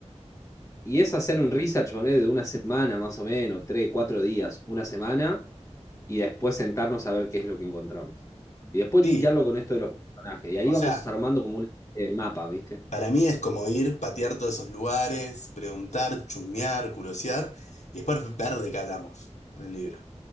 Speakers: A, on the left; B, on the left.
A: Y es hacer un research, ponele, de una semana más o menos, tres, cuatro días, una semana, y después sentarnos a ver qué es lo que encontramos. Y después
B: Sí,
A: linkearlo con esto de los personajes. Y ahí
B: o sea.
A: vamos armando como un eh, mapa, ¿viste?
B: Para mí es como ir, patear todos esos lugares, preguntar, chusmear, curiosear y después ver de qué hablamos en el libro.